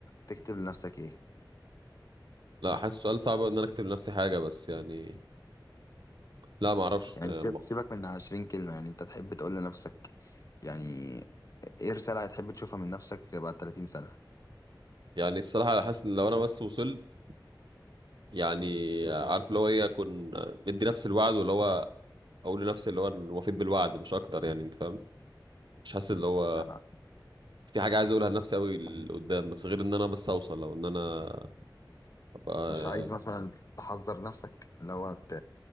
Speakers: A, on the left (about 45°); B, on the right (about 70°).
A: تكتب لنفسك ايه
B: لا حاسس سؤال صعب أوي ان انا اكتب لنفسي حاجة بس يعني لا ما اعرفش
A: يعني
B: آه،
A: سيب-
B: م-
A: سيبك من 20 كلمة يعني انت تحب تقول لنفسك يعني ايه رسالة هتحب تشوفها من نفسك بعد 30 سنة
B: يعني الصراحة حاسس ان لو انا بس وصلت يعني عارف اللي هو ايه اكون آه، مدي نفسي الوعد واللي هو اقول لنفسي اللي هو أنا وفيت بالوعد مش اكتر يعني انت فاهم مش حاسس اللي هو
A: يعني
B: في حاجة عايز اقولها لنفسي قوي لقدام بس غير ان انا بس اوصل او ان انا ابقى
A: مش عايز مثلا تحذر نفسك اللي هو ت...